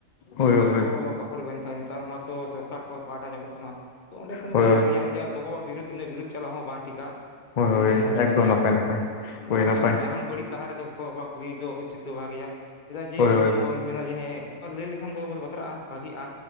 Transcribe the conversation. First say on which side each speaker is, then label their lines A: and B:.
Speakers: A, on the left; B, on the left.
A: ᱦᱳᱭ
B: ᱜᱚᱜᱚᱼᱵᱟᱵᱟ
A: ᱦᱳᱭ
B: ᱵᱟᱠᱚ ᱨᱮᱵᱮᱱ ᱠᱷᱟᱡ ᱱᱮᱛᱟᱨ ᱢᱟᱛᱚ ᱥᱚᱨᱠᱟᱨ ᱠᱷᱚᱱᱚᱡ ᱯᱟᱦᱴᱟ ᱧᱟᱢᱚᱜ ᱠᱟᱱᱟ ᱾ ᱛᱚ ᱚᱸᱰᱮᱱ
A: ᱦᱳᱭ
B: ᱠᱷᱡ ᱵᱷᱟᱜᱮᱭᱟ ᱡᱮ ᱟᱨ ᱜᱚᱜᱼᱵᱟ ᱵᱤᱨᱩᱫ ᱤᱱᱟᱹ ᱵᱤᱨᱩᱫᱽ ᱪᱟᱞᱟ ᱦᱚᱸ ᱵᱟᱝ ᱴᱷᱤᱠᱟ ᱾
A: ᱦᱳᱭ
B: ᱟᱹᱞᱤᱧ
A: ᱦᱳᱭ
B: ᱫᱚ ᱱᱚᱣᱟ ᱞᱤᱧ
A: ᱮᱠᱫᱚᱢ
B: ᱢᱚᱱᱮᱭᱟ
A: ᱱᱟᱯᱟᱭ ᱱᱟᱯᱟᱭ ᱦᱳᱭ
B: ᱞᱟᱦᱟ ᱨᱮᱫᱚ
A: ᱱᱟᱯᱟᱭ
B: ᱡᱟᱦᱟᱱ ᱵᱟᱹᱲᱤᱡ ᱞᱟᱦᱟ ᱨᱮᱫᱚ ᱜᱚᱵᱟ, ᱯᱩᱞᱤ ᱫᱚ ᱩᱪᱤᱛ ᱫᱚ ᱵᱷᱟᱜᱮᱭᱟ ᱪᱮᱫᱟᱜ ᱡᱮ
A: ᱦᱳᱭ
B: ᱤᱧ
A: ᱦᱳᱭ
B: ᱫᱚᱧ ᱢᱮᱱᱟ ᱡᱮᱸ ᱚᱱᱠᱟ ᱞᱟᱹᱭ, ᱠᱷᱟᱱ ᱫᱚ ᱵᱟᱛᱨᱟᱜᱼᱟ ᱵᱷᱟᱹᱜᱤᱜᱼᱟ